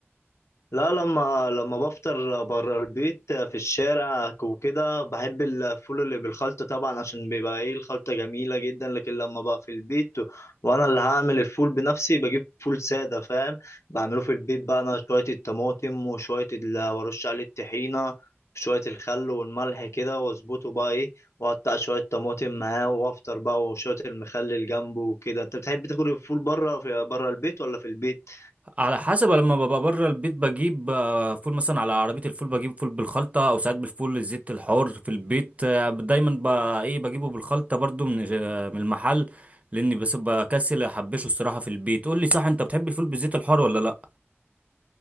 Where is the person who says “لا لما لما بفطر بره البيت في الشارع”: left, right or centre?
Left